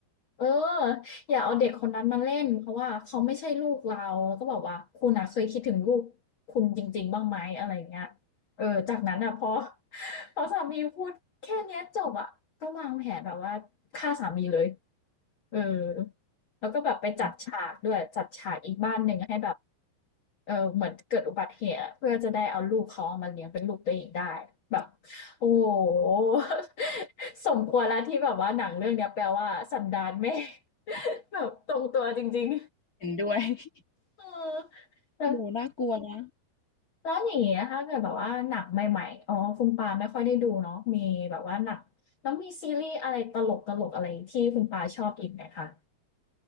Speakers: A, on the left; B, on the left.
A: เอออย่าเอาเด็กคนนั้นมาเล่นเพราะว่าเขาไม่ใช่ลูกเราแล้วก็บอกว่าคุณอะเคยคิดถึงลูกคุณจริงๆบ้างไหมอะไราเงี้ยเออจากนั้นอะพอ <laughs> พอสามีพูดแค่นี้จบอะก็วางแผนแบบว่าฆ่าสามีเลยเออแล้วก็แบบไปจัดฉากด้วยจัดฉากอีกบ้านหนึ่งให้แบบ
B: อืม
A: เออเหมือนเกิดอุบัติเหตุอะเพื่อจะได้เอาลูกเขาามาเลี้ยงเป็นลูกตัวเองได้แบบ โอ้โห <laughs> สมควรแล้วที่แบบว่าหนังเรื่องเนี้ยแปลว่าสันดานแม่ <laughs> แบบตรงตัวจริง
B: เห็นด้วย <laughs>
A: ๆเออแล้ว
B: หมูน่ากลัวนะ
A: แล้วอย่างเงี้ยถ้าเกิดแบบว่าหนังใหม่ๆอ๋อคุณปาไม่ค่อยได้ดูเนาะมีแบบว่าหนังแล้วมีซีรีส์อะไรตลกตลกอะไรที่คุณปาชอบอีกไหมคะ